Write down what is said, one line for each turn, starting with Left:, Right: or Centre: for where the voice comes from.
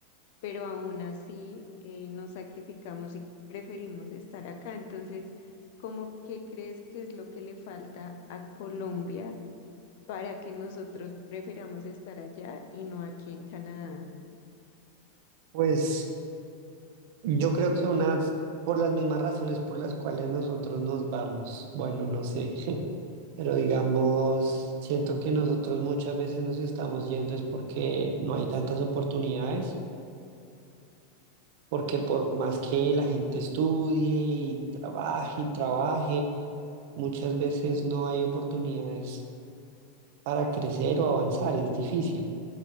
Left: pero aún así eh, nos sacrificamos y preferimos estar acá. Entonces, ¿cómo qué crees que es lo que le falta a Colombia para que nosotros prefiramos estar allá y no aquí en Canadá?
Right: Pues yo creo que unas, por las mismas razones por las cuales nosotros nos vamos, bueno, no sé, <laughs> pero digamos, siento que nosotros muchas veces nos estamos yendo es porque no hay tantas oportunidades, porque por más que la gente estudie y trabaje y trabaje, muchas veces no hay oportunidades para crecer o avanzar, es difícil.